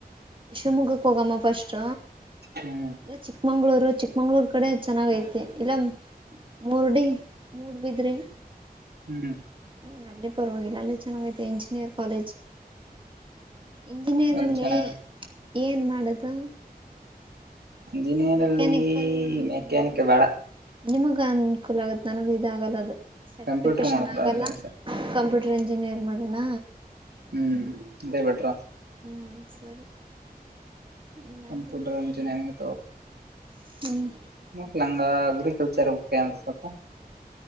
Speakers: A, on the right; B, on the right.
A: ಶಿವಮೊಗ್ಗಕ್ಕೆ ಹೋಗಮ್ಮ ಫಸ್ಟ್
B: ಹ್ಮ....
A: ಇಲ್ಲ ಚಿಕ್ಕಮಂಗ್ಳೂರು ಚಿಕ್ಕಮಂಗ್ಳೂರ್ ಕಡೆ ಚೆನ್ನಾಗ ಐತೆ ಇಲ್ಲ ಮೂರ್ಡಿ ಮೂಡುಬಿದಿರಿ
B: ಹ್ಞೂ
A: ಹ ಅಲ್ಲಿ ಪರವಾಗಿಲ್ಲ ಅಲ್ಲಿ ಚೆನ್ನಾಗೈತೆ ಇಂಜಿನಿಯರ್ ಕಾಲೇಜ್ ಇಂಜಿನಿಯರ್ಲ್ಲಿ
B: ಅಲ್ಲಿ ಚೆನ್ನಾಗ
A: ಏನ್ ಮಾಡದು.
B: ಇಂಜಿನಿಯರ್
A: ಮೆಕ್ಯಾನಿಕಲ್
B: ಅಲ್ಲಿ
A: ಇಂಜಿನಿಯರ್
B: ಮೆಕ್ಯಾನಿಕ್ ಬೇಡ
A: ನಿಮಗ ಅನುಕೂಲ ಆಗತ್ ನನಗ ಇದಾಗಲ್ಲ ಅದು ಸರ್ಟಿಫಿಕೇಶನ್
B: ಕಂಪ್ಯೂಟರ್ ಮಾಡ್ಬಿಡ
A: ಆಗಲ್ಲ.
B: ಆಸೆ
A: ಕಂಪ್ಯೂಟರ್ ಇಂಜಿನಿಯರ್ ಮಾಡೋಣ
B: ಹ್ಮ್ ಇದೇ ಬೆಟರ್
A: ಊ ಸರಿ... ಹ...
B: ಕಂಪ್ಯೂಟರ್ ಇಂಜಿನಿಯರಿಂಗ್ ಮತ್ತ ನನಗ ಅಗ್ರಿಕಲ್ಚರ್ ಓಕೆ ಅನ್ಸುತ್ತ.